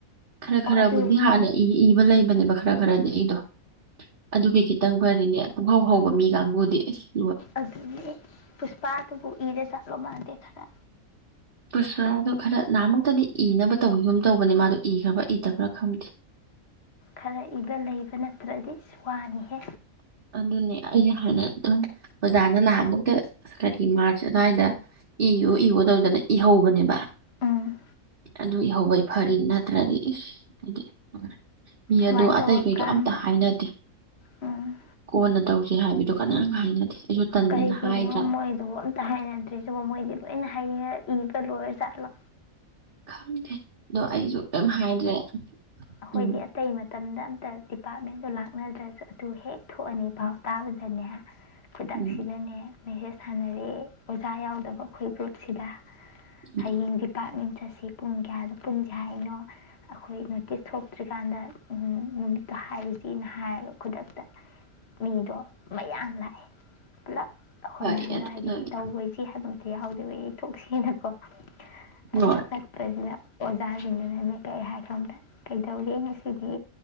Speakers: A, on the right; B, on the left.
A: ꯈꯔ
B: ꯑꯣ
A: ꯈꯔꯕꯨꯗꯤ
B: ꯑꯗꯨ
A: ꯍꯥꯟꯅ ꯏ ꯏꯕ ꯂꯩꯕ ꯅꯦꯕꯔꯥ ꯈꯔꯥ ꯈꯔꯥꯗꯤ ꯑꯩꯗꯣ ꯑꯗꯨꯒꯤꯈꯤꯠ ꯈꯤꯇꯪ ꯐꯔꯤꯅꯦ ꯄꯨꯡꯍꯧ ꯍꯧꯕ ꯃꯤ ꯀꯥꯡꯕꯨꯗꯤꯁ
B: ꯑꯗꯨꯗꯤ ꯄꯨꯁꯄꯥꯗꯨꯕꯨ ꯏꯔ ꯆꯥꯛꯂꯣ ꯃꯥꯟꯗꯦ ꯈꯔ
A: ꯄꯨꯁꯄꯥꯗꯣ ꯈꯔ ꯅꯍꯥꯟꯃꯛꯇꯗꯤ ꯏꯅꯕ ꯇꯧꯋꯤꯒꯨꯝ ꯇꯧꯕꯅꯤ ꯃꯥꯗꯣ ꯏꯈ꯭ꯔꯕ꯭ꯔꯥ ꯏꯗꯕ꯭ꯔꯥ ꯈꯪꯗꯦ
B: ꯈꯔꯥ ꯏꯕ ꯂꯩꯕ ꯅꯠꯇ꯭ꯔꯗꯤ ꯋꯥꯅꯤꯍꯦ
A: ꯑꯗꯨꯅꯦ ꯑꯩꯁꯦ ꯍꯥꯏꯥꯟꯅ ꯑꯗꯨꯝ ꯑꯣꯖꯥꯅ ꯅꯍꯥꯟꯃꯨꯛꯇ ꯀꯔꯤ ꯃꯥ꯭ꯔꯆ ꯑꯗꯨꯋꯥꯏꯗ ꯏꯌꯣ ꯏꯌꯣ ꯇꯧꯗꯅ ꯏꯍꯧꯕꯅꯦꯕ
B: ꯎꯝ
A: ꯑꯗꯨ ꯏꯍꯧꯕꯩ ꯐꯔꯤ ꯅꯠꯇ꯭ꯔꯗꯤ ꯏꯁ ꯍꯥꯏꯗꯤ ꯃꯤ
B: ꯁꯨꯃꯥꯏꯅ
A: ꯑꯗꯣ
B: ꯇꯧꯔꯀꯥꯟꯗ
A: ꯑꯇꯩ ꯀꯩꯗꯣ ꯑꯝꯇ ꯍꯥꯏꯅꯗꯦ
B: ꯎꯝ
A: ꯀꯣꯟꯅ ꯇꯧꯁꯦ ꯍꯥꯏꯕꯗꯨ ꯀꯅꯥ ꯍꯥꯏꯅꯗꯦ ꯑꯩꯁꯨ ꯇꯟꯗꯅ
B: ꯀꯔꯤꯒꯤꯅꯣ
A: ꯍꯥꯏꯗ꯭ꯔꯕ
B: ꯃꯣꯏꯗꯨꯕꯨ ꯑꯝꯇ ꯍꯥꯏꯅꯗ꯭ꯔꯤꯁꯤꯕ ꯃꯣꯏꯗꯤ ꯂꯣꯏꯅ ꯍꯩ ꯌꯦ ꯏꯕ ꯂꯣꯏꯔ ꯖꯥꯠ ꯂꯣ
A: ꯈꯪꯗꯦ ꯑꯗꯣ ꯑꯩꯁꯨ ꯀꯩꯝ ꯍꯥꯏꯗ꯭ꯔꯦ
B: ꯑꯩꯈꯣꯏꯗꯤ
A: ꯎꯝ
B: ꯑꯇꯩ ꯃꯇꯝꯗ ꯑꯝꯇ ꯗꯤꯄꯥ꯭ꯔꯠꯃꯦꯟꯁꯨ ꯂꯥꯛꯅꯗ꯭ꯔꯁꯨ ꯑꯗꯨ ꯍꯦꯛ ꯊꯣꯛꯑꯅꯤ ꯄꯥꯎ ꯇꯥꯕꯗꯅꯦ ꯈꯨꯗꯥꯛꯁꯤꯗꯅꯦ
A: ꯎꯝ
B: ꯃꯦꯁꯦꯁ ꯊꯟꯅꯔꯦ ꯑꯣꯖꯥ ꯌꯥꯎꯗꯕ ꯑꯩꯈꯣꯏ ꯒ꯭ꯔꯨꯞꯁꯤꯗ
A: ꯎꯝ
B: ꯍꯌꯦꯡ ꯗꯤꯄꯥ꯭ꯔꯠꯃꯦꯟ ꯆꯠꯁꯤ ꯄꯨꯡ ꯀꯌꯥꯗ ꯄꯨꯟꯖꯦ ꯍꯥꯏꯅꫭ ꯑꯩꯈꯣꯏ ꯅꯣꯇꯤꯁ ꯊꯣꯛꯈꯤ ꯇ꯭ꯔꯤꯀꯥꯟꯗ ꯅꯨꯃꯤꯠꯇꯣ ꯍꯥꯏꯔꯨꯁꯤꯅ ꯍꯥꯏꯔꯒ ꯈꯨꯗꯛꯇ ꯃꯤꯗꯣ ꯃꯌꯥꯝ ꯂꯥꯛꯑꯦ ꯄꯨꯂꯞ ꯑꯩꯈꯣꯏ
A: ꯐꯔꯦ
B: ꯃꯌꯥꯝꯗ
A: ꯑꯗꯨ
B: ꯍꯥꯏꯗꯤ
A: ꯅꯣꯏꯒꯤ
B: ꯇꯧꯔꯣꯏꯁꯤ ꯍꯥꯏꯕ ꯑꯩ ꯌꯥꯎꯗꯕꯩ ꯌꯩ ꯊꯣꯛꯁꯤꯅꯀꯣ ꯑꯗꯨꯒ
A: ꯍꯣꯏ
B: ꯆꯠꯄꯖꯤꯗ ꯁꯦꯅꯤꯌꯥ꯭ꯔ ꯁꯤꯡ ꯗꯨꯅ ꯀꯥꯏ ꯍꯥꯏ ꯈꯝꯗ ꯀꯩꯗꯧꯔꯦ ꯉꯁꯤꯗꯤ